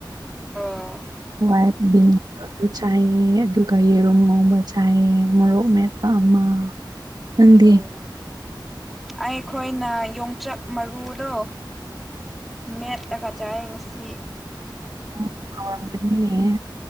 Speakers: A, in the centre; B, on the right (about 55°).
A: ꯑꯣ
B: ꯋꯥꯏꯠ ꯕꯤꯟ ꯆꯥꯏꯑꯦ ꯑꯗꯨꯒ ꯌꯦꯔꯨꯝ ꯉꯧꯕ ꯆꯥꯏꯌꯦ ꯃꯣꯔꯣꯛ ꯃꯦꯠ ꯑꯃ ꯅꯪꯗꯤ
A: ꯑꯣ ꯑꯩꯈꯣꯏꯅ ꯌꯣꯡꯆꯥꯛ ꯃꯔꯨꯗꯣ ꯃꯦꯠꯂꯒ ꯆꯥꯏꯌꯦ ꯉꯁꯤ
B: ꯑꯣ ꯍꯥꯎꯔꯝꯒꯅꯤꯌꯦ